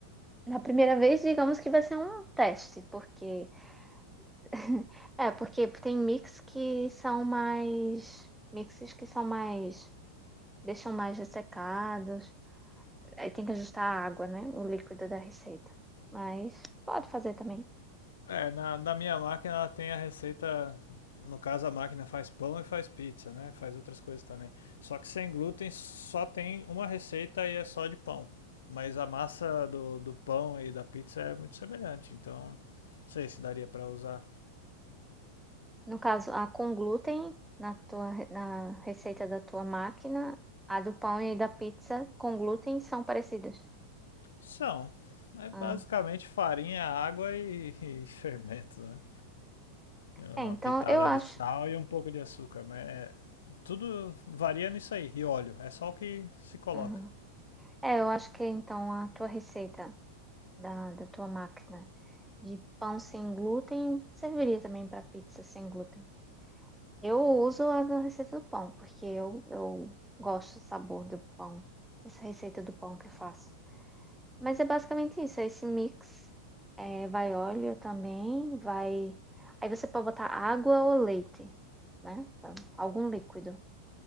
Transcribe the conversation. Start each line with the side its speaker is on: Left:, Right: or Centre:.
Centre: Na primeira vez, digamos que vai ser um teste, porque. <laughs> É, porque tem mix que são mais. Mixes que são mais. Deixam mais ressecados. Aí tem que ajustar a água, né? O líquido da receita. Mas pode fazer também.
Left: É, na, na minha máquina ela tem a receita. No caso, a máquina faz pão e faz pizza, né? Faz outras coisas também. Só que sem glúten só tem uma receita e é só de pão. Mas a massa do, do pão e da pizza é muito semelhante, então não sei se daria para usar.
Centre: No caso, a com glúten na tua na receita da tua máquina, a do pão e da pizza com glúten são parecidas.
Left: São. É basicamente
Centre: Ah,
Left: farinha, água e, <laughs> e fermento, né? E
Centre: É,
Left: Uma
Centre: então
Left: pitada
Centre: eu acho.
Left: de sal e um pouco de açúcar, mas é, tudo varia nisso aí. E óleo, é só o que se coloca.
Centre: Uhum. É, eu acho que então a tua receita da, da tua máquina de pão sem glúten serviria também para pizza sem glúten. Eu uso a da receita do pão, porque eu, eu gosto do sabor do pão, essa receita do pão que eu faço. Mas é basicamente isso, é esse mix. É, vai óleo também, vai. Aí você pode botar água ou leite, né? Algum líquido.